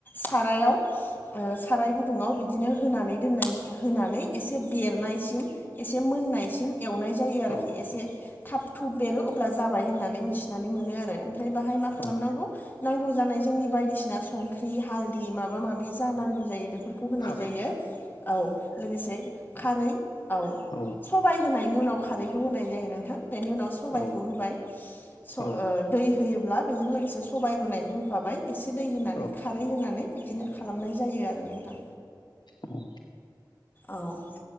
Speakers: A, on the left (about 25°); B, on the left (about 65°).
A: सारायाव साराय गुदुङाव बिदिनो होनानै दोननाय होनानै एसे बेरनायसिम एसे मोननायसिम एवनाय जायो आरोखि
B: औ
A: एसे थाब थुब बेरो अब्ला जाबाय होननानै मिथिनानै मोनो आरो ओमफ्राय बाहाय मा खालामनांगौ।
B: औ
A: नांगौ जानाय जोंनि बायदिसिना संख्रि हालदै माबा माबि जा
B: खारै
A: नांगौ जायो बेफोर खौ होनाय
B: खारै
A: जायो। औ लोगोसे खारै औ
B: औ
A: सब सबाय होनायनि उनाव खारैखौ होनाय जायो नोंथां। बेनि उनाव सबायखौ
B: औ
A: होबाय स ओ
B: औ
A: दै होयोब्ला बेजों लोगोसे सबाइ रुनायखौ होफाबाय एसे दै होनानै
B: औ
A: खारै होनानै बिदिनो खालामनाय जायो आरो नोंथां।
B: औ।
A: औ।